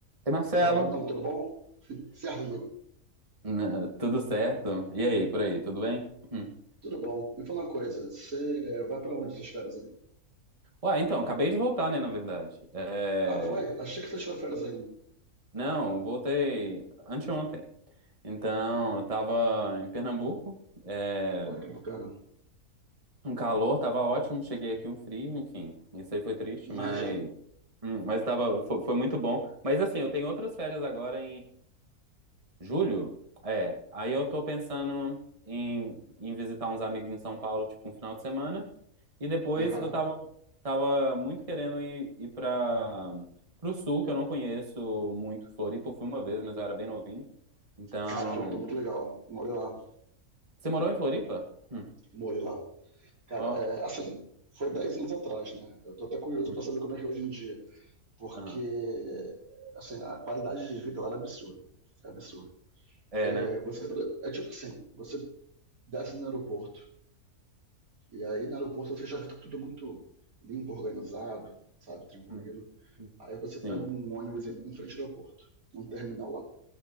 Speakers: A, on the right; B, on the right.
A: E Marcelo,
B: Fala, Brunão, tudo bom? <laughs> Certo, amigo.
A: Né, tudo certo? E aí, por aí, tudo bem? Hum.
B: Tudo bom. Me fala uma coisa, você vai pra onde essas férias aí?
A: Ué, então, acabei de voltar, né, na verdade. É,
B: Ah, foi? Achei que você tirou férias ainda.
A: Não, eu voltei anteontem. Então, eu tava em Pernambuco, é,
B: Vai, que bacana.
A: um calor, tava ótimo, cheguei aqui um frio, enfim, isso aí foi triste,
B: Imagino.
A: mas, hum, mas tava, foi, foi muito bom. Mas assim, eu tenho outras férias agora Julho? É. Aí eu tô pensando em, em visitar uns amigos em São Paulo, tipo, um final de semana. E depois
B: Aham.
A: eu tava, tava muito querendo ir, ir pra, pro sul, que eu não conheço muito Floripa. Eu fui uma vez, mas eu era bem novinho. Então.
B: Cara, foi muito legal. Morei lá.
A: Você morou em Floripa? Hum.
B: Morei lá. Cara,
A: Ó.
B: é, assim, foi 10 anos atrás, né? Eu tô até curioso
A: Uhum.
B: pra saber como é que é hoje em dia. Porque,
A: Aham.
B: assim, a qualidade de vida lá era absurda. É absurda.
A: É,
B: É,
A: né?
B: você, é tipo assim, você desce no aeroporto, E aí no aeroporto você já vê tudo muito limpo, organizado, sabe, tranquilo.
A: Uhum.
B: Aí você pega
A: Sim.
B: um ônibus em em frente ao aeroporto, um terminal lá.